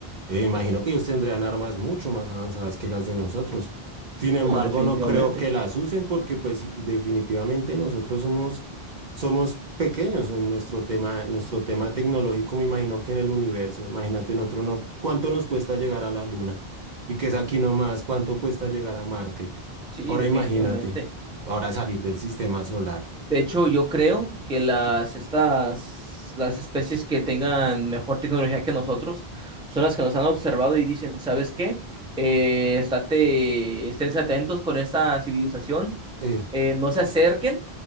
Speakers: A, on the right; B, in the centre.
A: Eh, imagino que ellos tendrían armas mucho más avanzadas que las de nosotros. Sin embargo,
B: No, definitivamente,
A: no creo que las usen porque, pues, y definitivamente nosotros somos, somos pequeños en nuestro tema, en nuestro tema tecnológico. Me imagino que en el universo, imagínate, nosotros no, ¿cuánto nos cuesta llegar a la Luna? Y que es aquí nomás, ¿cuánto cuesta llegar a Marte?
B: sí,
A: Ahora
B: definitivamente.
A: imagínate, ahora salir del sistema solar.
B: De hecho, yo creo que las estas las especies que tengan mejor tecnología que nosotros son las que nos han observado y dicen, ¿sabes qué? Eh, estate, esténse atentos con esta civilización,
A: Eh,
B: eh, no se acerquen,